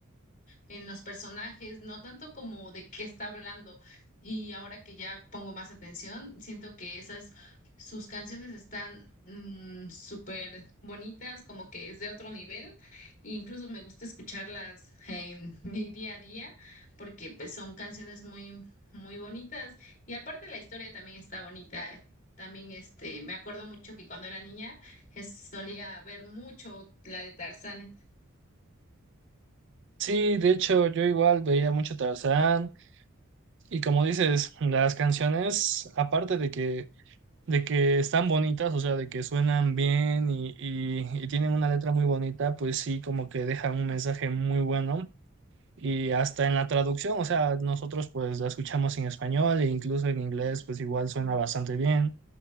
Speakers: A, on the left; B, on the right.
A: en los personajes, no tanto como de qué está hablando. Y ahora que ya pongo más atención, siento que esas, sus canciones están mm, súper bonitas, como que es de otro nivel. E incluso me gusta escucharlas en <laughs> mi día a día, porque pues son canciones muy, muy bonitas. Y aparte la historia también está bonita. También este, me acuerdo mucho que cuando era niña es- solía ver mucho la de Tarzán.
B: Sí, de hecho yo igual veía mucho Tarzán y como dices, las canciones aparte de que de que están bonitas, o sea, de que suenan bien y, y, y tienen una letra muy bonita, pues sí, como que dejan un mensaje muy bueno Y hasta en la traducción, o sea, nosotros pues la escuchamos en español e incluso en inglés pues igual suena bastante bien.